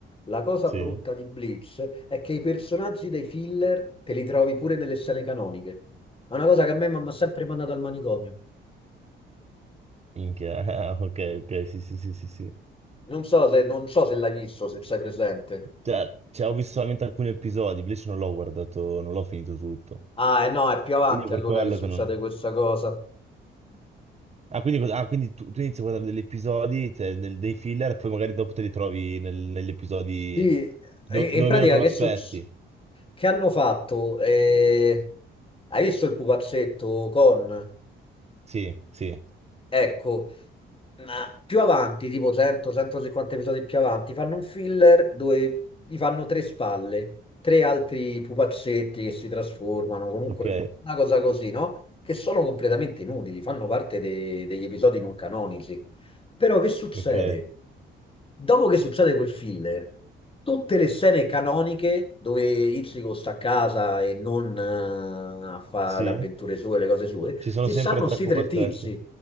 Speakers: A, on the left; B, on the right.
A: La cosa
B: sì.
A: brutta di Bleach è che i personaggi dei filler te li trovi pure nelle scene canoniche. È una cosa che a me mi ha sempre mandato al manicomio.
B: Minchia, <laughs> ok, ok, sì, sì, sì, sì, sì.
A: Non so se, non so se l'hai visto, se sei presente.
B: Cioè, cioè, ho visto solamente alcuni episodi, invece non l'ho guardato, non l'ho finito tutto.
A: Ah, eh no, è più avanti
B: Quindi è per
A: allora
B: quello
A: che succede
B: che non...
A: questa cosa.
B: Ah, quindi, cosa- ah, quindi tu, tu inizi a guardare degli episodi, cioè, del- dei filler, e poi magari dopo te li trovi nel- negli episodi
A: Sì, e-
B: do-
A: e
B: dove
A: in pratica
B: meno te lo
A: che
B: aspetti.
A: succede? Che hanno fatto? Eh, Hai visto il pupazzetto con?
B: Sì, sì,
A: Ecco, ma più avanti, tipo 100-150 episodi più avanti, fanno un filler dove gli fanno tre spalle, tre altri pupazzetti che si trasformano, comunque
B: ok,
A: una cosa così, no? Che sono completamente inutili, fanno parte de- degli episodi non canonici. Però che succede?
B: ok,
A: Dopo che succede quel filler, tutte le scene canoniche dove Ichigo sta a casa e non eh, a fare
B: sì.
A: le avventure sue, le cose sue,
B: Ci sono
A: ci
B: sempre
A: stanno
B: tre
A: sti
B: pupazzetti,
A: tre tizi.